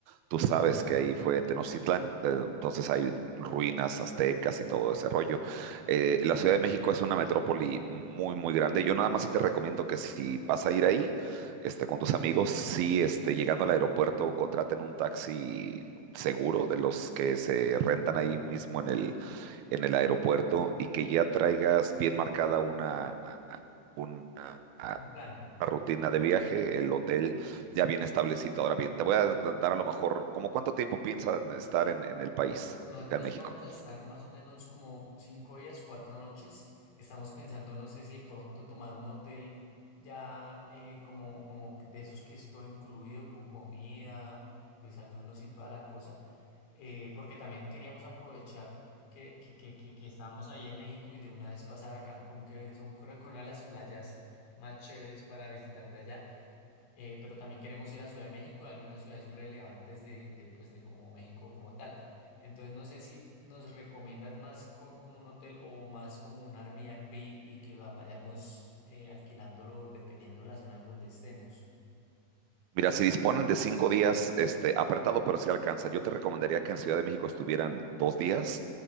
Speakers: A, on the right (about 80°); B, on the left (about 80°).
A: tú sabes que ahí fue Tenochtitlán, eh, entonces hay ruinas aztecas y todo ese rollo. Eh, la Ciudad de México es una metrópoli muy, muy grande. Yo nada más sí te recomiendo que si vas a ir ahí, este, con tus amigos, sí, este, llegando al aeropuerto, contraten un taxi seguro, de los que se rentan ahí mismo en el, en el aeropuerto y que ya traigas bien marcada una, una,
B: Un plan.
A: rutina de viaje, el hotel ya bien establecido. Ahora bien, te voy a dar a lo mejor, como cuánto tiempo piensan estar en, en el país?
B: Nosotros
A: acá en México.
B: vamos a estar más o menos como cinco días, cuatro noches. Estamos pensando, no sé si de pronto tomar un hotel ya eh, como, como que de esos que es todo incluido con comida, desayunos y toda la cosa, eh, porque también queríamos aprovechar que, que, que, que, que estábamos ahí en México y de una vez pasar a Cancún, que son creo que una de las playas más chéveres para visitar de allá. eh, pero también queremos ir a Ciudad de México, a algunas ciudades relevantes de, de, pues, de como México como tal. Entonces no sé si nos recomiendas más co- como un hotel o más como un Airbnb y que va- vayamos eh, alquilándolo dependiendo la zona en donde estemos.
A: Mira, si disponen de cinco días, este, apretado, pero si sí alcanza. Yo te recomendaría que en Ciudad de México estuvieran dos días